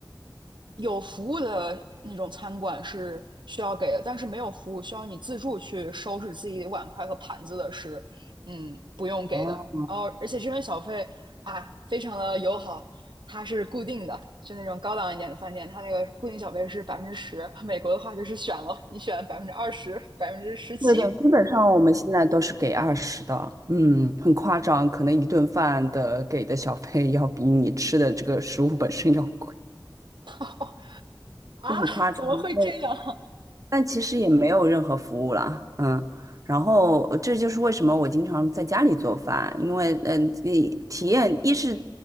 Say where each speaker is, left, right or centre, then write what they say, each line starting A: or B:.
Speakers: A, on the right; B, on the right.
A: 有服务的那种餐馆是需要给的，但是没有服务需要你自助去收拾自己的碗筷和盘子的是，嗯，不用给的。
B: 哦，
A: 然后，而且这边小费啊，非常的友好，它是固定的，就那种高档一点的饭店，它那个固定小费是百分之十。美国的话就是选了，你选百分之二十、百分之十七。
B: 对的，基本上我们现在都是给二十的，嗯，很夸张，可能一顿饭的给的小费要比你吃的这个食物本身要贵，
A: <laughs> 啊，
B: 就很夸张。
A: 怎么会这样？
B: 对。但其实也没有任何服务了，嗯，然后呃这就是为什么我经常在家里做饭，因为嗯，你体验一是